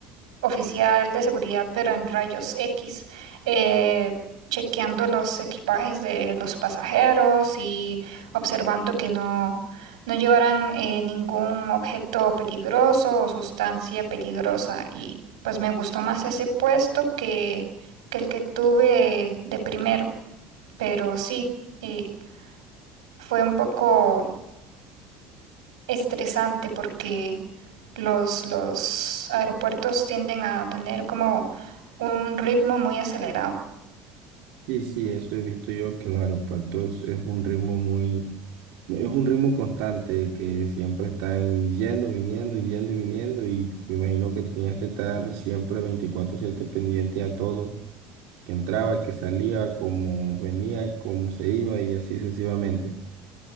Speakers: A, on the right (about 90°); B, on the right (about 70°).
A: oficial de seguridad, pero en rayos X, eh, chequeando los equipajes de los pasajeros y observando que no, no llevaran eh, ningún objeto peligroso o sustancia peligrosa. Y pues me gustó más ese puesto que, que el que tuve de primero, pero sí. eh, fue un poco estresante porque los, los aeropuertos tienden a tener como un ritmo muy acelerado.
B: Sí, sí, eso he visto yo que en los aeropuertos es un ritmo muy, es un ritmo constante que siempre están yendo, viniendo, yendo y viniendo y me imagino que tenías que estar siempre veinticuatro siete pendiente a todo, que entraba, que salía, cómo venía, cómo se iba y así sucesivamente.